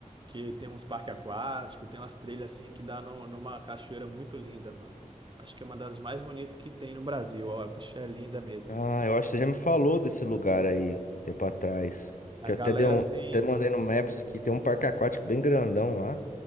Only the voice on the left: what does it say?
Ah, eu acho que você já me falou desse lugar aí, um tempo atrás.
Que eu
até dei um,
até mandei no Maps aqui. Tem um parque aquático bem grandão lá.